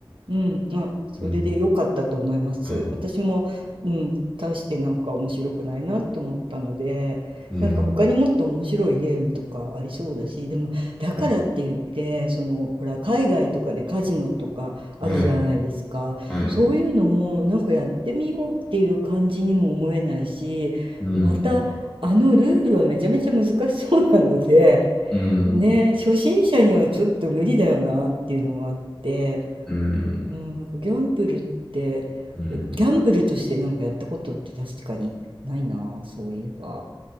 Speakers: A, on the right (about 80°); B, in the centre.
A: うん、あ、それで良かったと思います。
B: うん。はい。
A: 私も、うん、大してなんか面白くないなと思ったので、
B: うん。
A: なんか他にもっと面白いゲームとかありそうだし、でもだからって言って、
B: うん
A: その、ほら、海外とかでカジノとかあるじゃないですか。
B: はい。はい。
A: そういうのもなんかやってみようっていう感じにも思えないし、
B: うん。
A: またあのルールはめちゃめちゃ難しそうなので、
B: うん。
A: ね、初心者にはちょっと無理だよなっていうのもあって、
B: うん。
A: うん、なんかギャンブルって、
B: うん。
A: えギャンブルとしてなんかやったことって確かにないな、そういえば。